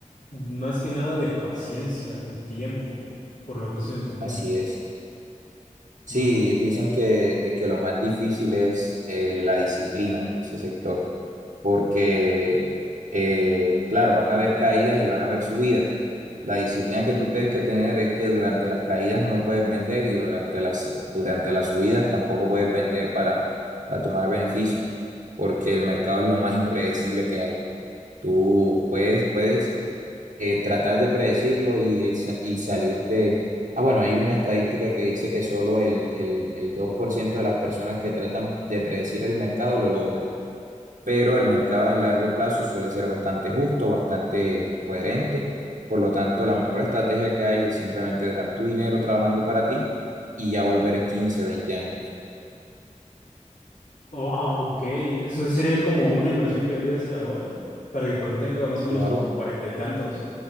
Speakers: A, on the left; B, on the right.
A: más que nada de paciencia y tiempo, por lo que estoy entendiendo.
B: Así es. Sí,
A: Mm.
B: dicen que, de que lo más difícil es eh, la disciplina en ese sector, porque, eh, claro, van a haber caídas y van a haber subidas. La disciplina que tú tienes que tener es que durante las caídas no puedes vender y durante las, durante las subidas tampoco puedes vender para, para tomar beneficios, porque el mercado es lo más impredecible que hay. Tú puedes, puedes eh, tratar de predecirlo y, sa- y salirte. Ah, bueno, hay una estadística que dice que solo el, el, el 2% de las personas que tratan de predecir el mercado lo logran, pero el mercado en largo plazo suele ser bastante justo, bastante coherente. Por lo tanto, la mejor estrategia que hay es simplemente dejar tu dinero trabajando para ti y ya volver en quince veinte años.
A: Wow, ok. Eso sería como una inversión que debería hacer ahora para que cuando tenga más o menos
B: Claro,
A: como cuarenta y tantos